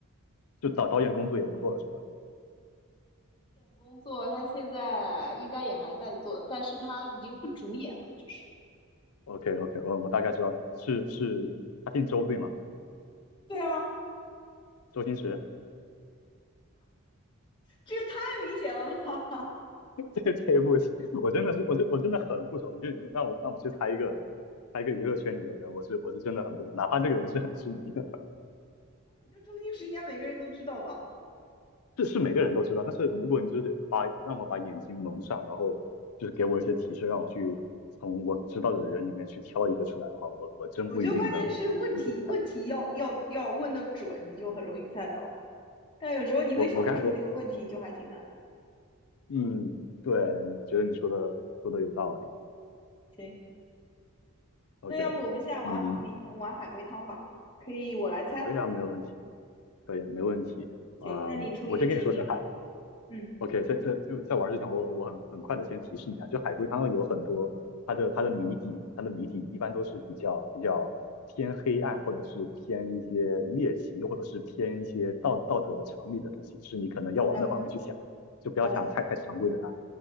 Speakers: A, on the left (about 75°); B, on the left (about 20°).
A: 就导导演工作也不做了是吧
B: 这点工作他现在应该也还在做，但是他已经不主演了，就是。
A: ？OK OK，我我大概知道是是是他姓周对吗？
B: 对啊，
A: 周星驰。
B: 这个太明显了吧？<laughs>
A: <laughs> 这这不行，我真的是，我真我真的很不熟。你就让我让我去猜一个，猜一个娱乐圈里的人，我是我是真的很不熟。哪怕这个人是很知名的，
B: 我觉得周星驰应该每个人都知道吧。
A: <laughs> 这是每个人都知道。但是如果你就是把让我把眼睛蒙上，然后就是给我一些提示，让我去从我知道的人里面去挑一个出来的话，我我真不一定能能立刻猜。
B: 我觉得关键是问题问题要要要问的准，你就很容易猜到。但有时候你会想不出那个问题，
A: 我我刚才我
B: 就还挺难。
A: 嗯，对，我觉得你说的说的有道理。
B: 行，
A: OK，
B: 那要不我们现在玩你玩海龟汤吧？
A: 嗯，
B: 可以，我来猜。
A: 可以啊，没问题，可以，没问题。
B: 行，
A: 嗯，
B: 那你出一个情景吧。
A: 我先跟你说声嗨。
B: 嗯，
A: OK，在在就在玩之前，我我很很快的先提示你啊，就海龟汤有很多它的它的谜底，它的谜底一般都是比较比较偏黑暗，或者是偏一些猎奇，或者是偏一些道道德常理的东西，就是你可能要往那方面去想，
B: 好的，
A: 就不要想太太常规的答案。
B: 好的，